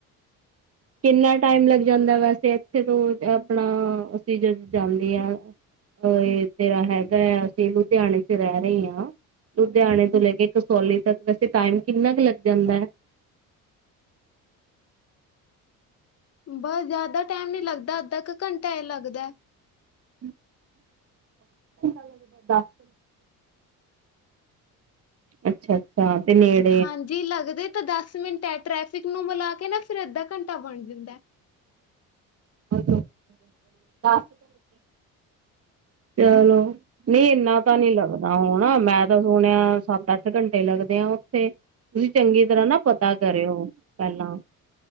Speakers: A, on the right; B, on the left.
A: ਕਿੰਨਾ ਟਾਈਮ ਲੱਗ ਜਾਂਦਾ ਵੈਸੇ ਇੱਥੇ ਤੋਂ ਅਪਣਾ ਅਸੀਂ ਜਦੋਂ ਜਾਂਦੇ ਐ। ਅ ਇਹ ਤੇਰਾ ਹੈਗਾ ਐ ਅਸੀਂ ਲੁਧਿਆਣੇ ਚ ਰਹਿ ਰਏ ਆ। ਲੁਧਿਆਣੇ ਤੋਂ ਲੈ ਕੇ ਕਸੌਲੀ ਤੱਕ ਵੈਸੇ ਟਾਈਮ ਕਿੰਨਾ ਕ ਲੱਗ ਜਾਂਦਾ ਐ।
B: ਬਸ ਜਿਆਦਾ ਟਾਈਮ ਨੀ ਲੱਗਦਾ ਅੱਧਾ ਕ ਘੰਟਾ ਈ ਲੱਗਦਾ।
A: <unintelligible> ਲੱਗਦਾਦਾ <unintelligible> ਅੱਛਾ-ਅੱਛਾ ਤੇ ਨੇੜ
B: ਹਾਂਜੀ, ਲੱਗਦੇ ਤਾਂ ਦਸ ਮਿੰਟ ਐ, ਟ੍ਰੈਫਿਕ ਨੂੰ ਮਿਲਾ ਕੇ ਨਾ ਫਿਰ ਅੱਧਾ ਘੰਟਾ ਬਣ ਜਾਂਦਾ।
A: <unintelligible> ਚਲੋ ਨਈ ਇਨਾ ਤਾਂ ਨੀ ਲੱਗਦਾ ਹੁਣਾ ਮੈਂ ਤਾਂ ਸੁਣਿਆ ਸੱਤ-ਅੱਠ ਘੰਟੇ ਲੱਗਦੇ ਆ ਉੱਥੇ। ਤੁਸੀਂ ਚੰਗੀ ਤਰਾਂ ਨਾ ਪਤਾ ਕਰਿਓ ਪਹਿਲਾਂ।